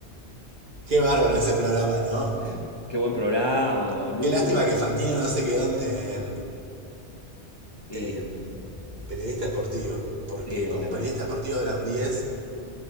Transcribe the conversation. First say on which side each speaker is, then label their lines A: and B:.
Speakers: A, on the right; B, on the left.
A: Qué bárbaro ese programa, ¿no?
B: <laughs> Qué buen programa, boludo.
A: Qué lástima que Fantino no se quedó en, en-
B: y
A: en periodista deportivo, porque
B: sí,
A: como
B: una
A: periodista
B: la.
A: deportivo era un diez